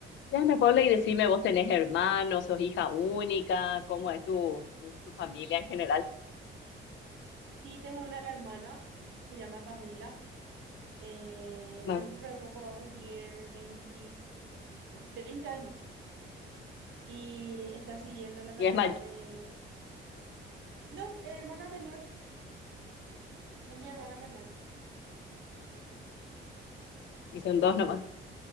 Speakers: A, on the left; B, on the right.
A: Che, Ana Paula, y decime, ¿vos tenés hermanos, sos hija única? ¿Cómo es tu, tu familia en general?
B: Sí, tengo una hermana, se llama Camila. eh,
A: Ma-
B: dentro de poco va a cumplir veinte veinte años y está siguiendo la carrera
A: Y es mayor.
B: de... No, hermana menor, es mi hermana menor.
A: Y son dos nomás.